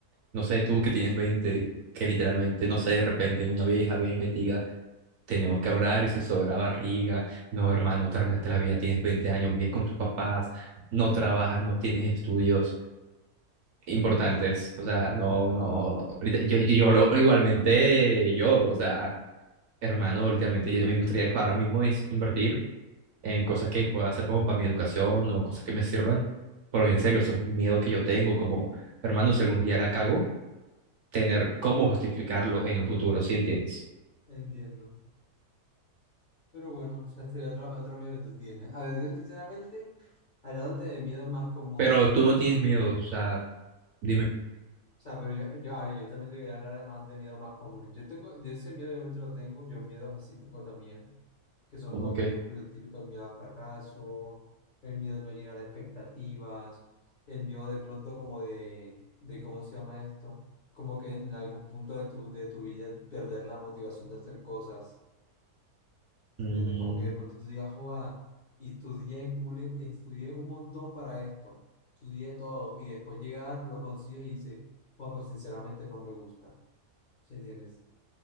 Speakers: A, on the right (about 60°); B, on the left (about 45°).
A: No sé, tú que tienes 20 que literalmente, no sé, de repente una vieja venga y te diga, tenemos que hablar y se sobra barriga. No, hermano, te arruinaste la vida, tienes 20 años, vives con tus papás, no trabajas, no tienes estudios importantes.
B: Ya,
A: O sea, no, no, lite- yo, yo, yo lo- igualmente yo, o sea, hermano, literalmente yo, yo me gustaría ahora mismo es invertir en cosas que pueda hacer como para mi educación o cosas que me sirvan, porque en serio, eso es un miedo que yo tengo, como, hermano, si algún día la cago tener cómo justificarlo en un futuro, ¿sí entiendes?
B: entiendo. Pero bueno, o sea, este es otro, otro miedo que tú tienes. A ver, yo sinceramente, hablándote de miedos más comunes.
A: Pero tú no tienes miedo, o sea, dime,
B: O sea, pero yo, yo, a ver, yo también te quería hablar además de miedos más comunes. Yo tengo, yo ese miedo obviamente lo tengo, yo miedos así tengo también, que son
A: ¿cómo
B: todo
A: que?
B: por ejemplo, el típico el miedo al fracaso, el miedo de no llenar expectativas, el miedo de pronto como de, de ¿cómo se llama esto? Como que en algún punto de tu, de tu vida perder la motivación de hacer cosas. ¿Se
A: Mm,
B: entiendes? Como que de pronto tú digas, joda, y estudié, cule- estudié un montón para esto, estudié todo, y después llegar, lo consigues y dices, joda, pues sinceramente no me gusta, ¿se entiendes?